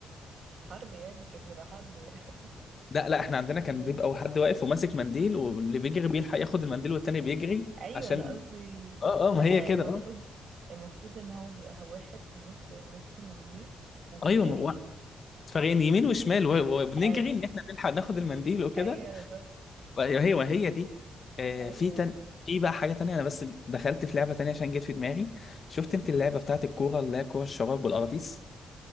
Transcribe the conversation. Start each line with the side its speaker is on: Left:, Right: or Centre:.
Right: حرب يعني كانت بتبقى حرب يعني
Left: لا لا إحنا عندنا كان
Right: <laughs>
Left: بيبقى حد واقف وماسك منديل واللي بيجري بيلحق ياخد المنديل والتاني بيجري
Right: ايوه
Left: عشان
Right: انا قصدي
Left: أه أه
Right: لا
Left: ما هي كده
Right: المفروض
Left: أه
Right: المفروض ان هو بيبقى واحد في النص ماسك المنديل وفي
Left: أيوه
Right: فريقين
Left: ما هو- فريقين يمين وشمال و- وبنجري
Right: ايوه
Left: إن إحنا نلحق ناخد المنديل وكده
Right: ايوه بالظبط
Left: هي هي هي دي آه
Right: ايوه
Left: في تن
Right: ايوه
Left: في بقى حاجة تانية أنا بس دخلت في لعبة تانية عشان جت في دماغي شفت أنت اللعبة بتاعت الكورة اللي هي كورة الشراب والأغطيس